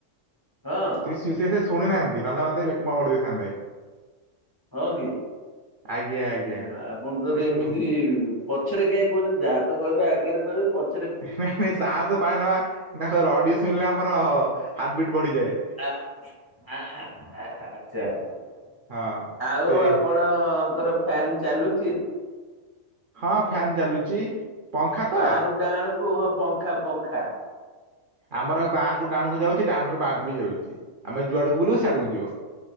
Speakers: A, on the left (about 20°); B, on the right (about 60°).
A: ହଁ।
B: ସେ ଶୁଣିନାହାନ୍ତି ନହେଲେ ମତେ ବେକୁମା ମୋଡି ଦେଇଥାନ୍ତେ।
A: ହଁ କି
B: ଆଜ୍ଞା ଆଜ୍ଞା
A: ଯା ଆପଣ ତଳେ
B: ସେ
A: ଏମିତି
B: କୁହନ୍ତୁ।
A: ପଛରେ କାଇ କହୁଛନ୍ତି ଯାହା ତ କହିବେ ଆଗରେ କହିବେ ପଛ
B: ନାଇଁ ନାଇଁ ସାହସ ପାଏନାବା ତାଙ୍କ ରଡି ଶୁଣିଲେ ଆମର ହାର୍ଟ ବିଟ୍ ବଢିଯାଏ।
A: ଆ ଆ ଆହା ଆଛା ଆଛା
B: ହଁ
A: ଆଉ
B: ସେ
A: ଆପଣ କଣଙ୍କର ଫ୍ୟାନ୍ ଚାଲୁଛି।
B: ହଁ ଫ୍ୟାନ ଚାଲୁଛି। ପଙ୍ଖା ତ
A: ବାଁ ର ଡାହାଣ କୁ ହଁ ପଙ୍ଖା ପଙ୍ଖା।
B: ଆମର ବାଆଁକୁ ଡାଣକୁ ଯାଉଛି ଡାଣରୁ ବାଁକୁ ବି ଯାଉଛି ଆମେ ଯୁଆଡକୁ ବୁଲେବୁ ସିଆଡକୁ ଯିବ।